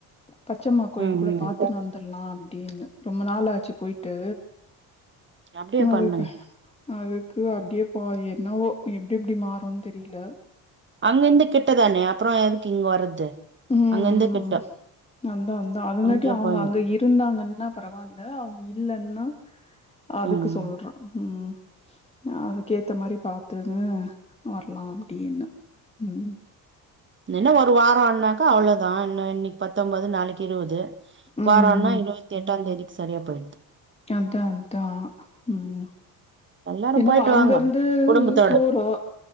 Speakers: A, on the left; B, on the right.
A: பச்சம்மா கோயில்
B: ம்
A: கூட
B: ம்
A: பாத்துன்னு வந்துரலா அப்டினு ரொம்ப நாளாச்சு போய்ட்டு
B: அப்டியே
A: அதுக்கு
B: பண்ணுங்க
A: அதுக்கு அப்டியே ஒ என்னவோ எப்டி எப்டி மாறுன்னு தெரில
B: அங்கேந்து கிட்டதானே அப்றோ எதுக்கு இங்க வர்றது
A: ம்
B: அங்க இருந்து கிட்ட
A: ம் அந்தா அந்தா அதுங்காட்யு
B: அப்டியே
A: அவுங்க
B: போயிடு
A: அங்க இருந்தாங்கன் நா பரவால்ல அவுங்க இல்லன்னா அதுக்கு
B: ம்
A: சொல்ற ம் அதுக்கேத்த மாரி பாத்துனு வர்லா அப்டினு ம்
B: என்ன ஒரு வாரோன்னாக்கா அவ்ளோதா இன்னோ இன்னக்கி பத்தொம்போது நாளக்கி இருவது
A: ம்
B: வாரோன்னா இருவத்தி எட்டாந்தேதிக்கு சரியா போய்ட்து
A: எதா அதா ம்
B: எல்லாரும்
A: என்னவோ
B: போயிட்டு
A: அங்கருந்து
B: வாங்க குடும்பத்தோட
A: தூரோ